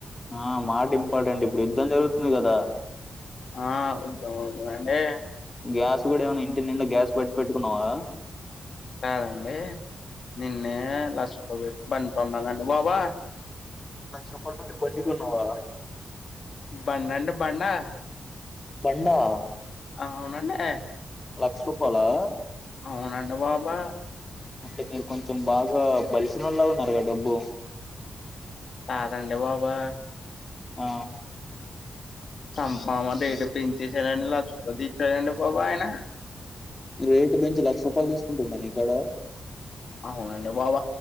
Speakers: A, on the left (about 20°); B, on the left (about 50°).
A: ఆ మాట ఇంపార్టెంట్ ఇప్పుడు యుద్ధం జరుగుతుంది గదా.
B: ఆ ఉదమవుతుందండి
A: గ్యాస్ కూడా ఏమన్నా. ఇంటి నిండా గ్యాస్ బట్ పెట్టుకున్నావా.
B: కాదండే. నిన్నే లక్ష రూపాల్ పెట్ బండ్ కొన్ననండి. బాబా
A: లక్ష రూపాలు పెట్టి బండి కొన్నావా.
B: బడంటే బండా
A: బండా
B: అవునండే
A: లక్ష్ రూపాలా
B: అవునండి బాబా
A: అంటే మీరు కొంచెం బాగా బలిసినళ్ళ ఉన్నారుగా డబ్బు
B: తదండడి బాబా
A: ఆ
B: చంప మా దట పెంచిసడంండి లక్షపతి ఇచ్చడండి బాబా ఆయన
A: రేటు పెంచి లక్ష రూపాయలు తీసుకుంటున్నాను ఇక్కడ
B: అవు అంన్న బబ